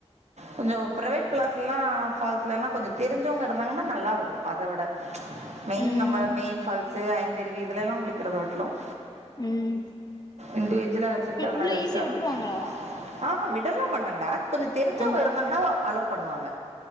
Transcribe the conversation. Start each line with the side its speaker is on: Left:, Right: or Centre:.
Right: கொஞ்சம் ப்ரைவேட் ப்ளஸ்லாம் ஃபால்ஸ்லெலாம் கொஞ்சம் தெரிஞ்சவங்க இருந்தாங்கன்னா நல்லாருக்கும் அத விட மெயின்
Left: ம்
Right: நம்ம மெயின் ஃபால்ஸ் ஐந்தருவி இதுல எல்லாம் குளிக்கறத வட்டிலும்
Left: ம்
Right: இன்டிவிஜுவலா வச்சிருக்காங்களா
Left: உள்ள
Right: ரெஸ்டரண்ட்
Left: ஈஸியா விட்டுருவாங்களா
Right: ஆஹா விடலாம் டாங்கடா கொஞ்சம் தெரிஞ்சவங்க
Left: ஆ
Right: இருந்தாங்கன்னா அலோ பண்ணுவாங்க